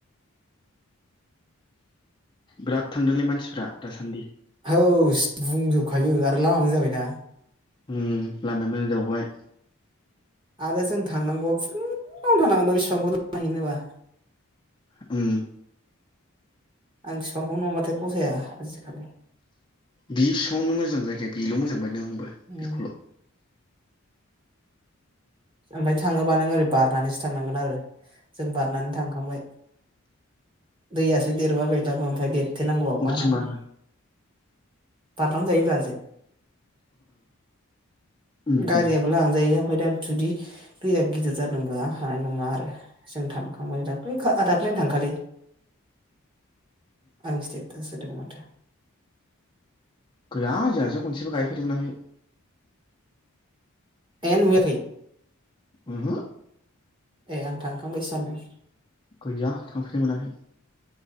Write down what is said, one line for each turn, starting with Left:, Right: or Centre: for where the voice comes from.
Left: बिराद थांदोंलै मानसिफ्रा दासान्दि।
Right: हौस बुंजोबखायो आरो लामाबो जाबायना।
Left: उम लामाया मोजां जाबावबाय।
Right: आरो जों थांनांगौआ फुंआवनो थांनांगौमोन <unintelligible>
Left: उम
Right: आं फिफांखौ नङाब्लाथाय फसाया आजिखालि।
Left: बि फिफांआवनो मोजां जायगाया बेल' मोजां बायदों आंबो।
Right: उम।
Left: बेखौल'
Right: ओमफ्राय थाङोबा नों ओरै बारनानैसो थांनांगोन आरो जों बारनानै थांखांबाय। दैयासो देरबा गैलाबो ओमफ्राय देरथेनांगौ अखा
Left: अबेथिं
Right: हानानै
Left: बारनो
Right: बारलां जायोब्रा। जाय
Left: उम
Right: गारियाबो
Left: उम
Right: लांजायो ओमफाय दा जुदि दैया गिदिर जादोंबा हानाय नङा आरो। जों थांखांबाय दाख्लै ओ दाख्लैनो थांखालि। आं स्तेतास होदों मोन।
Left: गैया जोंहासो खनसेबो गायफेरनो मोनाखै।
Right: ए नुहैयाखै।
Left: उमहो।
Right: ए आं थांखांबायसो सान्दों।
Left: गैया थांफेरनो मोनाखै